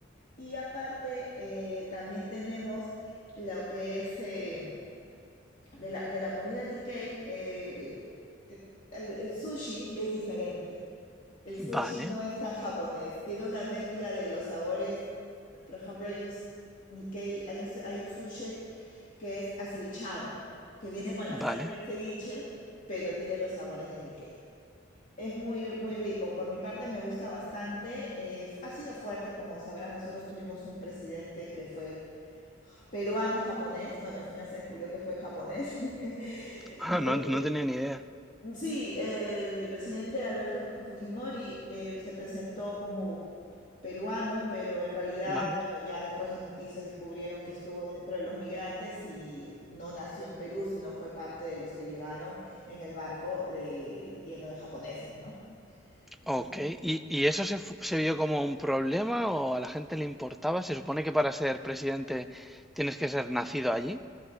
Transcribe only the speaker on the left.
Y aparte, eh, también tenemos lo que es eh, de la, de la comida Nikkei, eh, te- el, el sushi es diferente. El sushi
no es tan japonés, tiene una mezcla de los sabores. Por ejemplo, hay un s- Nikkei, hay un, su- hay un sushi que es acevichado, que viene con la
salsa del ceviche, pero tiene los sabores del Nikkei. Es muy, muy rico. Por mi parte me gusta bastante. Eh, f- ha sido fuerte, como sabrás, nosotros tuvimos un presidente que fue peruano-japonés. Bueno, al final se descubrió que fue japonés. <laughs>
Entonces,
sí, eh, el presidente Alberto Fu- Fujimori eh, se presentó como peruano, pero en realidad,
bueno, ya después las noticias descubrieron que estuvo dentro de los migrantes y no nació en Perú, sino fue parte de los que llegaron en el barco de- lleno de japoneses, ¿no? Entonces,